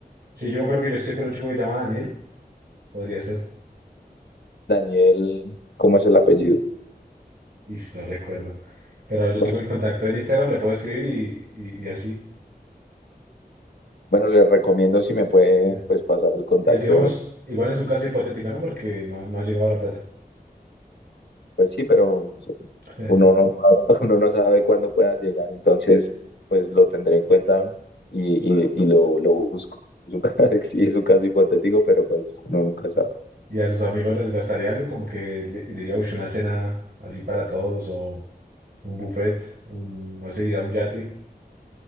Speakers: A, on the right; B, on the left.
A: Sí, yo me acuerdo que yo estoy con un chico que se llama Daniel, podría ser.
B: Daniel, ¿cómo es el apellido?
A: y no recuerdo. Pero yo
B: Bueno,
A: tengo el contacto en Instagram, le puedo escribir y, y- y así.
B: bueno, les recomiendo si me puede
A: Sí.
B: pues pasar el contacto,
A: Pues digamos, igual es un caso hipotético, ¿no? Porque no, no ha llegado la plata.
B: pues sí, pero
A: <laughs>
B: Uno no sabe, <laughs> uno no sabe cuándo pueda llegar, entonces pues lo tendré en cuenta y, y- y lo, lo busco. Es un, ca- <laughs> sí, es un caso hipotético, pero pues uno nunca sabe.
A: Y a sus amigos les gastaría algo, como que le diría, uy, una cena así para todos o un buffet, un, no sé, ir a un yate.